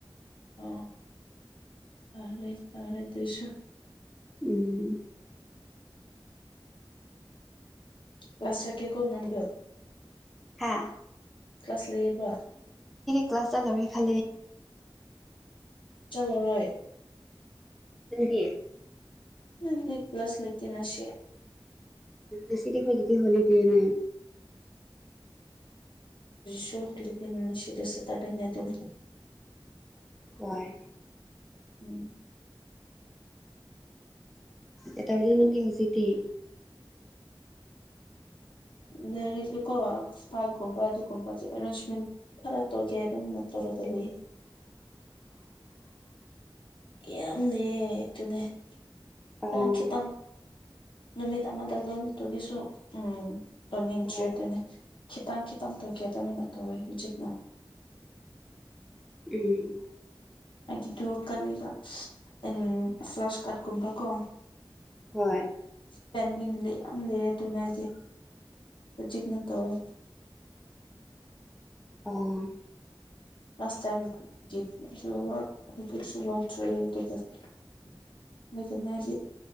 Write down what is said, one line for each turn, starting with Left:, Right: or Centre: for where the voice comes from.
Left: ꯑꯣ ꯑꯔ ꯑꯔꯁꯨ
Centre: ꯎꯝ
Left: ꯀ꯭ꯂꯁꯀꯤꯦ ꯀꯅꯗ
Centre: ꯍꯥꯦ
Left: ꯀ꯭ꯂꯥꯁ ꯂꯩꯌꯦꯕ
Centre: ꯀ꯭ꯂꯥꯁꯇ ꯂꯔꯍꯤ ꯈꯦ
Left: ꯆꯂꯔꯣꯏ
Centre: ꯪ
Left: ꯅꯗꯤꯛ ꯄ꯭ꯂꯁ ꯂꯩꯀꯅꯁꯤꯦ
Centre: ꯎ ꯁꯤꯗꯤꯈꯥꯏꯒꯗꯤ ꯍꯣꯂꯤꯗꯦꯅꯦ
Left: ꯁ ꯍꯣꯂꯤꯗꯅꯤꯁꯤꯗꯁꯦ ꯇꯔꯅꯦꯗꯅꯤ
Centre: ꯍꯣꯏ
Left: ꯎꯝ
Centre: ꯑꯦꯇꯥꯕꯗꯤ ꯅꯗꯤ ꯍꯧꯖꯤꯗꯤꯤ
Left: ꯂ ꯀꯣ ꯀꯜꯒꯨꯝꯕ ꯑꯗꯨꯨꯝꯕꯔꯦꯟꯖꯔ ꯠꯇꯣꯒꯦ ꯑꯗꯨꯝ ꯅꯠꯇꯧꯔꯒ ꯂꯩꯦ
Centre: <unintelligible>
Left: ꯌꯥꯝ ꯂꯩ ꯑꯗꯨꯅꯦ
Centre: ꯑꯥ
Left: ꯈꯤꯪ ꯈꯤꯇꯪ ꯅꯨꯃꯤꯠ ꯑꯃꯗ ꯂꯣꯏꯛꯇꯒꯤꯁꯨ ꯎꯝ ꯂꯣꯏꯅꯤꯡꯗ꯭ꯔꯦ
Centre: ꯍꯣꯏ
Left: ꯑꯗꯨꯅꯦ ꯈꯤꯇꯪ ꯈꯤꯇꯪ ꯀꯌꯥ ꯇꯃꯤ ꯅꯠꯇ ꯑꯣꯏ ꯍꯧꯖꯤꯛꯅ
Centre: ꯎꯝ
Left: ꯒꯤꯗꯨ ꯀꯔꯤꯒ ꯎ ꯐ꯭ꯂꯁ ꯀꯥꯔꯠꯀꯨꯝꯕ ꯀꯣ
Centre: ꯍꯣꯏ
Left: ꯄꯦꯟꯗꯤ ꯌꯥꯝ ꯂꯩꯔꯦ ꯑꯗꯨꯅꯗꯤ ꯍꯧꯖꯤꯛꯅ ꯇꯧꯋꯦ
Centre: <unintelligible> ꯑꯥ
Left: ꯂꯥꯁ ꯇꯥꯏꯝ ꯌꯦꯁꯨ ꯍꯧꯖꯤꯁꯨ ꯂꯣꯇꯔꯤ ꯑꯗꯨꯗꯒꯤ